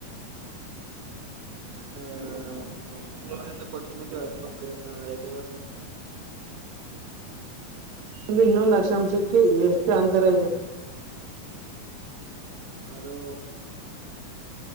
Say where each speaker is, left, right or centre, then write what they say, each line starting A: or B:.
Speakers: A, on the right; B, on the right.
A: <inaudible>
B: ಹ್ಮ ಉರದಿಂದ ಪಶ್ಚಿಮಕ್ಕೆಳದಿರ್ಬೇಕ ರೇಖೆಗಳು ಸರ್
A: <unintelligible> ಇನ್ನೊಂದು ಅಕ್ಷಾಂಶಕ್ಕೆ ಎಷ್ಟು ಅಂತರ ಇದೆ
B: ಅದುೂ